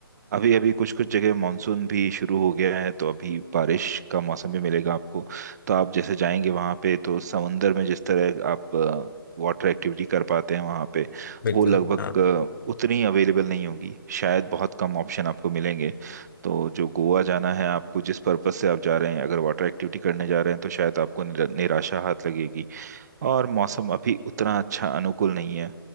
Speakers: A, on the right (about 45°); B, on the left (about 60°).
A: अभी अभी कुछ कुछ जगह मानसून भी शुरू हो गया है तो अभी बारिश का मौसम भी मिलेगा आपको तो आप जैसे जाएंगे वहाँ पे तो समंदर में जिस तरह आप वाटर एक्टिविटी कर पाते हैं वहाँ पे
B: बिल्कुल
A: वो लगभग
B: हाँ Okay
A: अ, उतनी अवेलेबल नहीं होंगी शायद बहुत कम ऑप्शन आपको मिलेंगे तो जो गोवा जाना है आपको जिस पर्पस से आप जा रहे हैं अगर वाटर एक्टिविटी करने जा रहे हैं तो शायद आपको निरा- निराशा हाथ लगेगी और मौसम अभी उतना अच्छा अनुकूल नहीं है